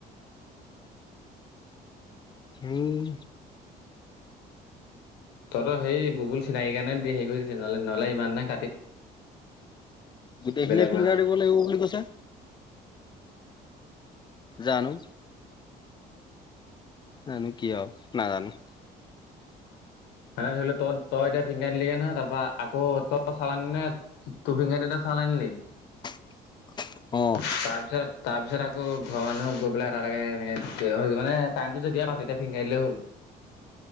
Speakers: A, on the left; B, on the left.
A: উম
B: তই সেই বুবুল চিনাকি কাৰণে দি হেৰি কৰি দিছে নহ'লে নহলে ইমান টাইম
A: গোটেইখিনিয়ে
B: বেলেগ
A: ফিংগাৰ
B: হোৱা হ'লে
A: দিব লাগিব বুলি কৈছে। জানো জানো কিয় নাজানো?
B: মানে ধৰি লওঁ তই তই এতিয়া ফিংগাৰ দিলেগে নহয় তাৰ পৰাৰা আকৌ তই চালানি নে তোৰ ফিংগাৰ দি চ চাউল আনিলি
A: <unintelligible> অ'
B: তাৰপিছত তাৰপিছত আকৌ ঘৰ মানুহ গৈ পেলাই এটা এটাকে মানে চাইনটো যে দিয়ে তেতিয়া ফিং গাৰ দিলেই হল